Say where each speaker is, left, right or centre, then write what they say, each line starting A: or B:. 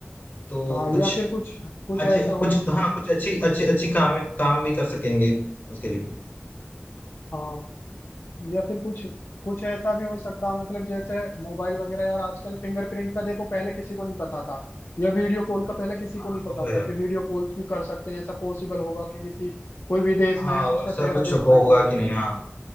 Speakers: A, on the left; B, on the left.
A: तो
B: हाँ या
A: कुछ
B: फिर कुछ कुछ
A: अच्छे
B: ऐसा हो
A: कुछ हाँ कुछ अच्छी अच्छे अच्छी काम काम भी कर सकेंगे उसके लिए
B: हाँ या फिर कुछ कुछ ऐसा भी हो सकता मतलब जैसे मोबाइल वगैरह यार आजकल फिंगरप्रिंट का देखो पहले किसी को नहीं पता था या वीडियो कॉल का पहले किसी
A: हाँ
B: को नहीं
A: वो
B: पता
A: तो है
B: था कि वीडियो कॉल्स भी कर सकते हैं ऐसा पॉसिबल होगा कि किसी कोई विदेश
A: हाँ
B: में है हम
A: वैसा
B: उसका चेहरा
A: कुछ
B: देख
A: होगा
B: पाएंगे
A: कि नहीं हाँ